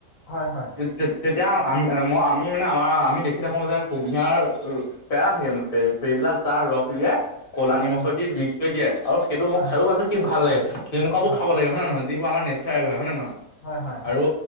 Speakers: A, on the left (about 65°); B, on the left (about 40°).
A: হয় হয়
B: তে তেতিয়া আক আমি আমি মানে আমাৰ আমি দেখি থাকো যে কুঁহিয়াৰ পেৰা থাকে মানে পেৰবিলাক তাৰ ৰস উলিয়াই ক'লা
A: হয়
B: নিমখ
A: হয় হয়
B: দি মিক্স কৰি দিয়ে আৰু সেইটো মই
A: হয়
B: খায়ো পছো কি ভাল লাগে, তেনেকুৱাবোৰ
A: হয়
B: খাব লাগে হয় নহয় যিবোৰ আমাৰ নেচাৰেল হয় হয় নে নহয়
A: হয় হয়
B: আৰু